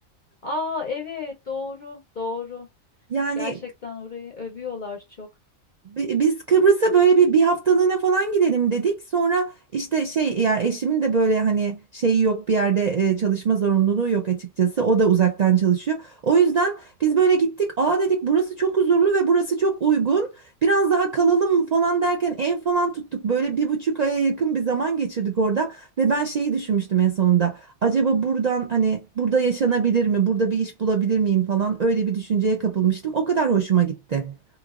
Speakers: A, on the left; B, on the right.
A: Aa evet doğru doğru.
B: Yani
A: Gerçekten orayı övüyorlar çok.
B: Bi- Biz Kıbrıs'a böyle bir bir haftalığına falan gidelim dedik. Sonra işte şey ya eşimin de böyle hani şeyi yok bir yerde e, çalışma zorunluluğu yok açıkçası. O da uzaktan çalışıyor. O yüzden biz böyle gittik. Aa dedik burası çok huzurlu ve burası çok uygun. Biraz daha kalalım mı falan derken ev falan tuttuk. Böyle bir buçuk aya yakın bir zaman geçirdik orada. Ve ben şeyi düşünmüştüm en sonunda. Acaba buradan hani burada yaşanabilir mi? Burada bir iş bulabilir miyim falan öyle bir düşünceye kapılmıştım. O kadar hoşuma gitti.